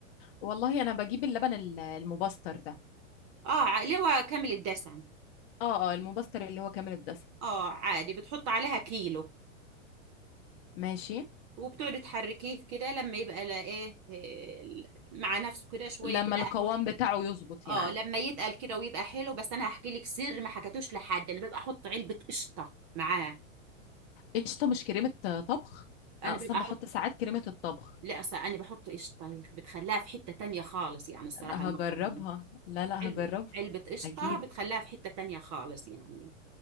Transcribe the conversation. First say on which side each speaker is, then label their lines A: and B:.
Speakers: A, on the left; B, on the right.
A: والله انا بجيب اللبن ال- المبستر ده
B: اه ع- اللي هو كامل الدسم
A: اه اه المبستر اللي هو كامل الدسم
B: اه عادي بتحط عليها كيلو
A: ماشي
B: وبتقعدي تحركيه كده لما يبقى لاقاه آه، مع نفسه كده شويه
A: لما
B: كده
A: القوام
B: قهوه
A: بتاعه يظبط
B: اه
A: يعني
B: لما يتقل كده ويبقى حلو بس انا هحكي لك سر ما حكيتوش لحد انا ببقى احط علبه قشطه معاه
A: قشطه مش كريمه طبخ
B: انا
A: اصلا
B: ببقى احط
A: بحط ساعات كريمه الطبخ
B: لا أصل انا بحط قشطه بتخليها في حته تانية خالص يعني الصراحه
A: هجربها
B: المكرونه
A: لا لا
B: علبه
A: هجربها
B: علبه قشطه
A: اكيد
B: بتخليها في حته تانية خالص يعني